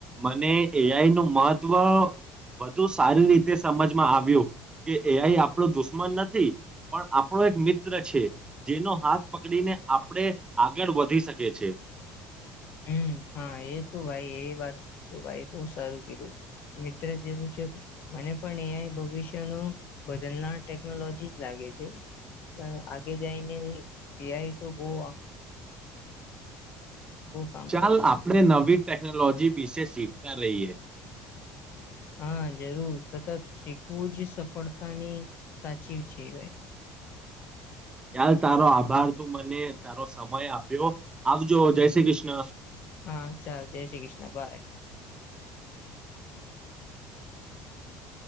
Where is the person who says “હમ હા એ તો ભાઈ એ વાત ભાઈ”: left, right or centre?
Left